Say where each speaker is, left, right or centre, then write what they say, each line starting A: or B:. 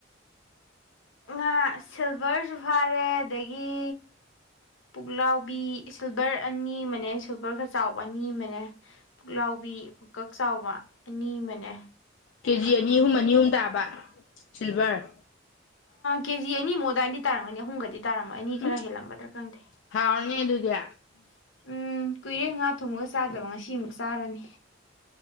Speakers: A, on the left; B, on the left.
A: ꯉꯥ ꯁꯤꯜꯚꯔꯁꯨ ꯐꯥꯔꯦ ꯑꯗꯒꯤ ꯄꯨꯛꯂꯥꯎꯕꯤ ꯁꯤꯜꯚꯔ ꯑꯅꯤ ꯑꯃꯅꯦ ꯁꯤꯜꯚꯔ ꯈꯔ ꯆꯥꯎꯕ ꯑꯅꯤ ꯑꯃꯅꯦ ꯄꯨꯛꯂꯥꯎꯕꯤ ꯄꯨꯀꯛ ꯆꯥꯎꯕ ꯑꯅꯤ ꯑꯃꯅꯦ
B: ꯀꯦꯖꯤ ꯑꯅꯤ ꯑꯍꯨꯝ ꯑꯅꯤ ꯑꯍꯨꯝ ꯇꯥꯕ ꯁꯤꯜꯚꯔ
A: ꯀꯦꯖꯤ ꯑꯅꯤꯃꯨꯛ ꯑꯗꯨꯋꯥꯏꯗꯤ ꯇꯥꯔꯝꯒꯅꯤ ꯑꯍꯨꯝꯒꯗꯤ ꯇꯥꯔꯝꯃꯣ ꯑꯅꯤ
B: ꯎꯝ
A: ꯈꯔ ꯍꯦꯜꯂꯝꯒꯗ꯭ꯔꯥ ꯈꯪꯗꯦ
B: ꯍꯥꯎꯔꯅꯤ ꯑꯗꯨꯗꯤ
A: ꯎꯝ ꯀꯨꯏꯔꯦ ꯉꯥ ꯊꯣꯡꯉꯒ ꯆꯥꯗꯕ ꯉꯁꯤꯃꯨꯛ ꯆꯥꯔꯅꯤ